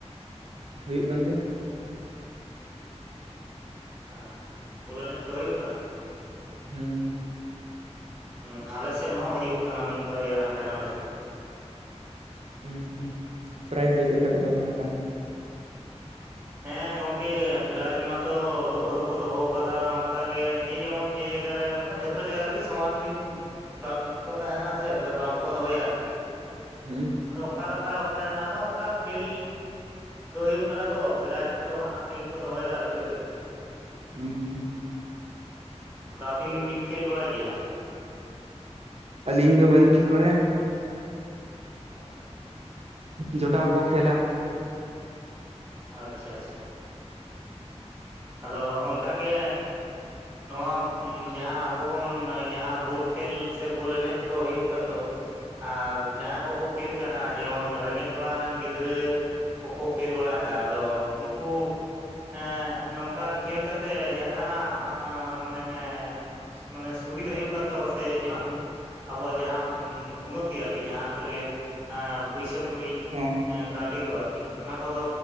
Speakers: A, on the right (about 65°); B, on the right (about 20°).
A: ᱦᱩᱭᱩᱜ ᱠᱟᱱ ᱜᱮᱭᱟ᱾
B: ᱟ ᱵᱚᱞ ᱮᱱᱮᱡ ᱠᱚ ᱦᱩᱭᱩᱜ ᱠᱟᱱᱟ?
A: ᱦᱩᱸ
B: ᱦᱩᱸ ᱟᱞᱮᱥᱮᱫ ᱦᱚᱸ ᱦᱩᱭᱩᱜ ᱠᱟᱱᱟ ᱢᱤᱜ ᱵᱟᱨᱭᱟ ᱦᱟᱸᱰᱮ ᱱᱟᱰᱮ᱾
A: ᱦᱩᱸ ᱦᱩᱸ ᱯᱨᱟᱭᱤᱡᱽ ᱫᱚ ᱪᱮᱫ ᱞᱮᱠᱟ ᱠᱚ ᱫᱚᱦᱚ ᱵᱟᱲᱟ ᱠᱟᱜᱼᱟ?
B: ᱦᱮᱸ ᱜᱚᱝᱠᱮ ᱯᱨᱟᱭᱤᱡᱽ ᱢᱟᱛᱚ ᱫᱚᱦᱚ ᱫᱚᱠᱚ ᱫᱚᱦᱚᱣ ᱠᱟᱫᱟ ᱚᱝᱠᱟ ᱜᱮ ᱡᱮ ᱡᱮᱢᱚᱱ ᱡᱮ ᱡᱟᱭᱜᱟ ᱨᱮ ᱢᱟᱱᱮ ᱡᱷᱚᱛᱚ ᱡᱟᱭᱜᱟ ᱨᱮᱜᱮ ᱥᱚᱢᱟᱱ ᱵᱤᱱ ᱵᱟᱝᱠᱚ ᱛᱟᱦᱮᱱᱟ ᱥᱮ <inaudible> ᱵᱟᱝᱠᱚ ᱫᱚᱦᱚᱭᱟ ᱟᱨᱠᱤ᱾
A: ᱦᱩᱸ
B: ᱟᱫᱚ ᱚᱠᱟ ᱞᱮᱠᱟ ᱚᱠᱟ <unintelligible> ᱟᱫᱚ ᱚᱝᱠᱟ ᱠᱷᱮᱞ ᱫᱚ ᱦᱩᱭᱩᱜ ᱠᱟᱱᱟ ᱛᱚ᱾ ᱯᱨᱟᱭᱤᱡ ᱠᱚᱫᱚ ᱦᱟᱸᱜ ᱴᱷᱤᱠ ᱜᱮ ᱠᱚ ᱫᱚᱦᱚᱭᱫᱟ, ᱵᱩᱡᱷᱟᱹᱣ ᱠᱮᱜᱼᱟ ᱵᱤᱱ?
A: <inaudible>
B: ᱟᱫᱚ ᱟᱹᱵᱤᱱ ᱵᱤᱱ ᱠᱷᱮᱞ ᱵᱟᱲᱟᱭ ᱜᱮᱭᱟ?
A: ᱟᱹᱞᱤᱧ ᱫᱚ ᱵᱟᱹᱞᱤᱧ ᱠᱷᱮᱞ ᱵᱟᱲᱟᱭᱟ᱾
B: ᱚ
A: ᱡᱚᱴᱟᱣ ᱠᱚ ᱠᱷᱮᱞᱟ᱾
B: ᱟᱪᱪᱷᱟ ᱟᱪᱪᱷᱟ᱾ ᱟᱫᱚ ᱚᱝᱠᱟ ᱜᱮ, ᱱᱚᱣᱟ ᱩᱢ ᱡᱟᱦᱟᱸ ᱟᱵᱚ ᱵᱚᱱ ᱡᱟᱦᱟᱸ ᱵᱩᱞ ᱠᱷᱮᱞ ᱥᱮ ᱵᱚᱞ ᱮᱱᱮᱡ ᱠᱚ ᱦᱩᱭᱩᱜ ᱠᱟᱱ ᱫᱚ ᱟᱨ ᱡᱟᱦᱟᱸ ᱠᱚᱠᱚ ᱠᱷᱮᱞ ᱠᱟᱱᱟ ᱡᱮᱢᱚᱱ ᱨᱮᱸᱜᱮᱡ ᱚᱲᱟᱜ ᱨᱮᱱ ᱜᱤᱫᱽᱨᱟᱹ ᱠᱚᱠᱚ ᱠᱷᱮᱞ ᱵᱟᱲᱟᱭᱫᱟ ᱟᱫᱚ ᱩᱝᱠᱩ ᱮᱸ ᱱᱚᱝᱠᱟ ᱠᱷᱮᱞ ᱠᱟᱛᱮᱜ ᱡᱟᱦᱟᱱᱟᱜ ᱢᱟᱱᱮ ᱥᱩ ᱢᱟᱱᱮ ᱥᱩᱵᱤᱫᱟ ᱦᱩᱭᱩᱜ ᱠᱟᱱ ᱛᱟᱠᱚᱣᱟ ᱥᱮ ᱡᱟᱦᱟᱸ ᱩᱱ ᱟᱵᱚᱣᱟᱜ ᱡᱟᱦᱟᱸ ᱩᱢ ᱩᱱᱱᱚᱛᱤ ᱟᱨᱠᱤ ᱡᱟᱦᱟᱸ ᱠᱚ ᱞᱟᱹᱭᱟ ᱟᱸ ᱯᱩᱭᱥᱟᱹ ᱠᱩᱲᱤ᱾
A: ᱚᱸ
B: ᱦᱮᱸ ᱠᱟᱹᱣᱰᱤ ᱠᱚ ᱟᱨᱠᱤ ᱚᱱᱟ ᱠᱚᱫᱚ